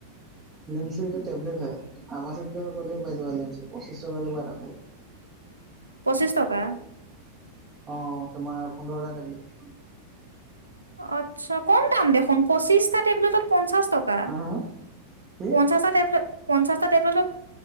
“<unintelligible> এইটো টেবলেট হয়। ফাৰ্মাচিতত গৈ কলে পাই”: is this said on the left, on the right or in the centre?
Right